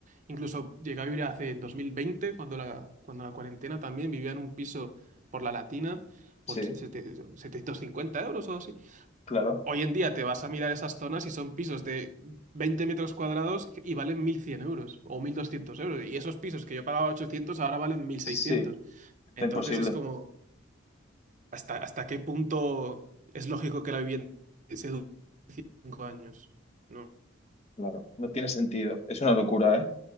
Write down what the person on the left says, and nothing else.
sí,
claro,
sí,
está
imposible,
claro, no tiene sentido, es una locura, ¿eh?